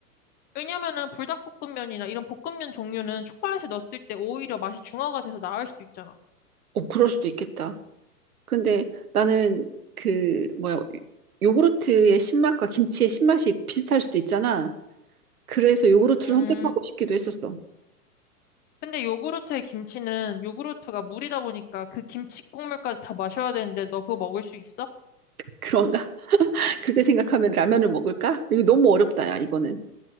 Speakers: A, on the left; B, on the right.
A: 왜냐면은 불닭볶음면이나 이런 볶음면 종류는 초콜릿을 넣었을 때 오히려 맛이 중화가 돼서 나을 수도 있잖아.
B: 어, 그럴 수도 있겠다. 근데 나는 그 뭐야 요구르트의 신맛과 김치의 신맛이 비슷할 수도 있잖아. 그래서 요구르트를
A: 음,
B: 선택하고 싶기도 했었어.
A: 근데 요구르트에 김치는 요구르트가 물이다 보니까 그 김치 국물까지 다 마셔야 되는데 너 그거 먹을 수 있어?
B: 그런가? <laughs> 그렇게 생각하면 라면을 먹을까? 이거 너무 어렵다, 야, 이거는.